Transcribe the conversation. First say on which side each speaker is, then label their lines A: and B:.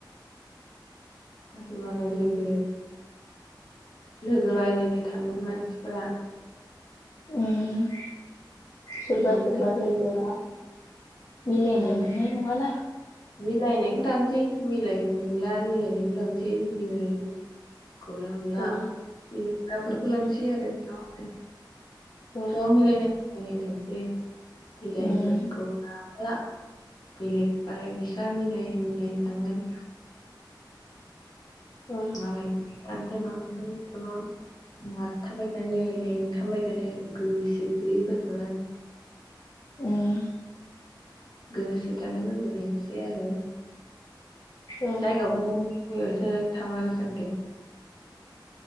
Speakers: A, on the left; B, on the left.
A: होमालाय लोगो लोगो बाय लोगो थाङो मानसिफोरा
B: उम सोरबा
A: जोंहाबो
B: सोरबा
A: थांसै
B: लोगोया
A: बिदि
B: मिलायनो
A: ओं
B: मोननाय नङाना
A: मिलायनायखौ थांसै मिलायखौ लिंला मिलायनायखौ लांसै मिलाय गला गमला
B: औ
A: मिलायग्राफोरखौ
B: उम
A: लांसै आरो जयै
B: औ
A: ज' मिलायनाय मिलायनाय थांसै बिलाहिफोरखौ
B: उम
A: <unintelligible> बेलेग बालाय बिस्रा मिलाय मिलाय थांगोन
B: औ
A: मालाय <unintelligible> एथबां बांद्राय गोबां मारथाबाय थानो लिंथाबबाय थानो गोसो गैयैफोरखौलाय
B: उम
A: गोसो थानायफोरखौ लेंसै आरो
B: औ
A: जाय गाबा गाव गयावसो थाङो आरो जोंदि